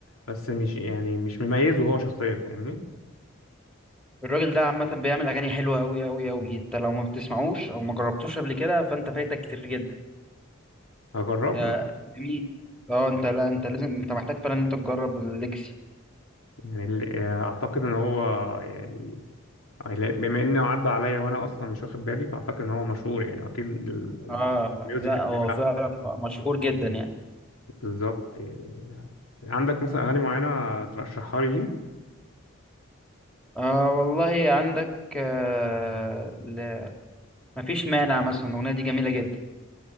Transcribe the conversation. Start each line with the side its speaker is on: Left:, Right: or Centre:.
Left: بس مش يعني مش مميزه هو شخصيا فاهمني
Centre: الراجل ده عامه بيعمل اغاني حلوه قوي قوي قوي انت لو ما بتسمعوش او ما جربتوش قبل كده فانت فايتك كتير جدا
Left: هجربه
Centre: آه،
Left: لا
Centre: جميل اه انت لا انت لازم انت محتاج فعلا ان انت تجرب الليجاسي
Left: يعني ال- آه، أعتقد إن هو يعني يعني لا، بما انه عدى عليا وانا اصلا مش واخد بالي فاعتقد ان هو مشهور يعني واكيد ال-
Centre: اه
Left: الميوزك
Centre: لا
Left: اللي
Centre: هو
Left: بيعملها
Centre: فعلا مشهور جدا يعني
Left: بالظبط يعني عندك مثلا اغاني معينه ترشحها لي ليه
Centre: آه والله عندك آه ل... مفيش مانع مثلا الأغنية دي جميلة جدا